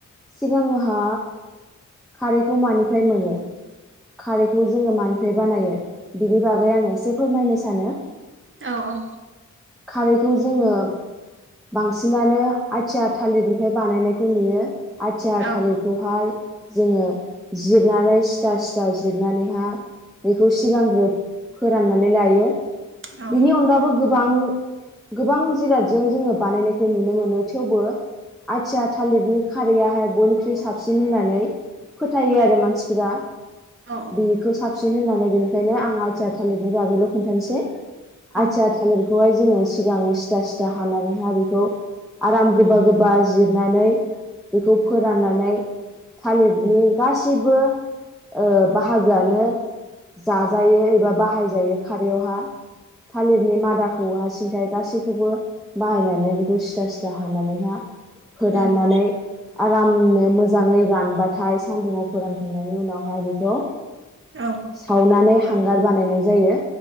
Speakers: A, in the centre; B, on the right (about 40°).
A: सिगांहा खारैखौ मानिफ्राय मोनो खारैखौ जोङो मानिफ्राय बानायो बेनि बागै आ आं एसे फोरमायनो सानो।
B: औ औ।
A: खारैखौ जोङो बांसिनानो आथिया थालिरनिफ्राय बानायनायखौ नुयो। आथिया
B: औ
A: थालिरखौहाय जोङो जिरनानै सिथा सिथा जिरनानैहा बेखौ सिगांग्रो फोराननानै लायो।
B: औ
A: बिनि अनगाबो गोबां गोबां जिरादजों जोङो बानायनायखौ नुनो मोनो थेवबो आथिया थालिरनि खारैयाहाय बयनिख्रुइ साबसिन होननानै फोथायो आरो मानसिफोरा।
B: औ
A: बेखौ साबसि सिन होननानै बेनिखायनो आं आथिया थालिरनि बागैल' खोन्थानोसै
B: औ
A: आथिया थालिरखौ जोंङो सिगां सिथा सिथा हानानैहाय बेखौ आराम गोबा गोबा जिरनानै बेखौ फोराननानै थालिरनि गासिबो ओ बाहागोआनो जाजायो एबा बा हाय जायो खारैयावहा थालिरनि मादाखौ आ सिन्थाइ गासैखौबो बाहायनानै बेखौ सिदा सिदा हानानैहा फोराननानै
B: उम
A: आ रामनो मोजाङै रानबाथाय सान्दुङाव फोरानखांनायनि उनावहाय बेखौ
B: औ
A: सावनानै हांगार बानायनाय जायो